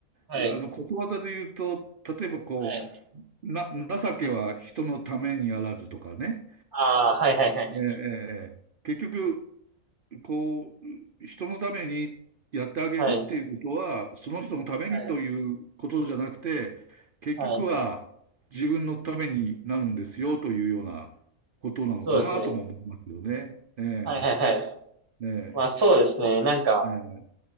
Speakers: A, on the right; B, on the right.
A: はい。
B: あの、ことわざで言うと、例えばこう、
A: はい。
B: な、情けは人のためにあらずとかね。
A: ああ、はいはいはいはい。
B: ええ、ええ、ええ結局、こう、人のためにやってあげるっていうことは、
A: はい。
B: その人のためにということじゃなくて、
A: はい
B: 結局は自分のためになるんですよというようなことなのかなとも思いますよね。
A: はい。そうですね。
B: え
A: はいはいはい。
B: え、ええ、
A: まあそうですね。
B: あ
A: なんか、
B: ええ、